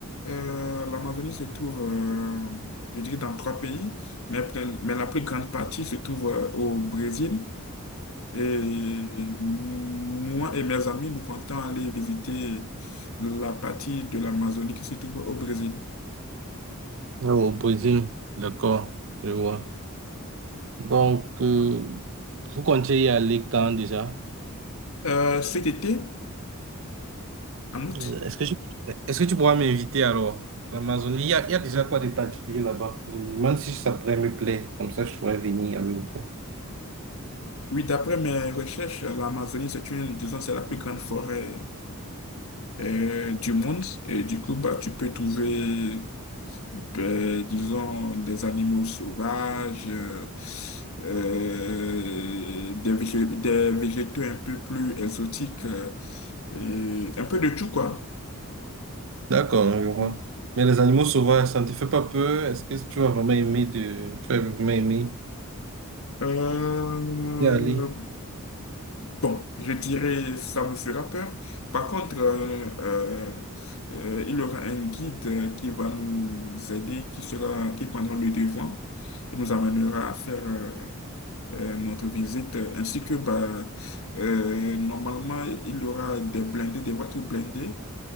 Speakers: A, on the left; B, on the right.
A: Euh, l'Amazonie se trouve, euh, je dirais, dans trois pays, mais, pr- mais la plus grande partie se trouve euh, au Brésil. Et moi et mes amis, nous comptons aller visiter la partie de l'Amazonie qui se trouve au Brésil.
B: Au Brésil, d'accord, je vois. Donc, euh, vous comptez y aller quand déjà?
A: Euh, cet été, en août,
B: Euh, Est-ce que tu, est-ce que tu pourras m'inviter alors? L'Amazonie, il y a, il y a déjà quoi de particulier là-bas? Je me demande si ça pourrait me plaire, comme ça je pourrais venir avec vous.
A: oui, d'après mes recherches, l'Amazonie, c'est une, disons, c'est la plus grande forêt euh, du monde. Et du coup, bah, tu peux trouver ben, disons, des animaux sauvages, euh, euh, des végé- des végétaux un peu plus exotiques, euh, et un peu de tout, quoi.
B: D'accord, je vois.
A: Mm.
B: Mais les animaux sauvages, ça ne te fait pas peur? Est-ce que tu vas vraiment aimer de... tu vas vraiment aimer
A: Euh,
B: y aller?
A: bon, je dirais ça me fera peur. Par contre, euh, euh, euh, il y aura un guide euh, qui va nous aider, qui sera, qui prendra le devant, qui nous amènera à faire euh, euh, notre visite, euh, ainsi que bah, euh, normalement, il y aura des blindés, des voitures blindées